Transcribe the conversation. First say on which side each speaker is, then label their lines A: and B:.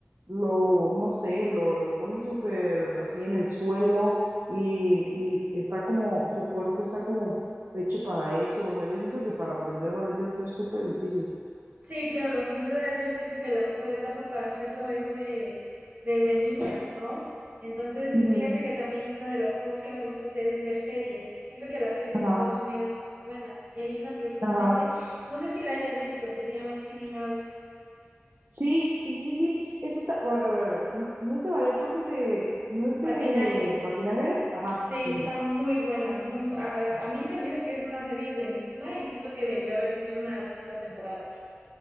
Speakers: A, on the right; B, on the right.
A: lo, no sé, lo, lo ponen súper así en el suelo y, y está como, su cuerpo está como hecho para eso. O sea, yo siento que para aprender ballet debe ser súper difícil.
B: Sí, claro, sin duda yo siento que la mejor etapa para hacerlo es de, desde niñas, ¿no? Entonces,
A: Ujú,
B: fíjate que también una de las cosas que me gusta hacer es ver series. Siento que las series
A: Ajá,
B: de Estados Unidos son muy buenas y hay una precisamente,
A: ajá.
B: no sé si la hayas visto, que se llama Spinning Out,
A: Sí, sí, sí, sí, sí. Es esta, a ver, a ver, a ver, No, no es de ballet, creo que es de, no es de
B: patinaje.
A: patinaje. Ajá,
B: Sí,
A: sí,
B: está
A: sí. sí.
B: muy buena, muy a, a mí se me hizo que es una serie buenísima y siento que debió haber tenido una segunda temporada.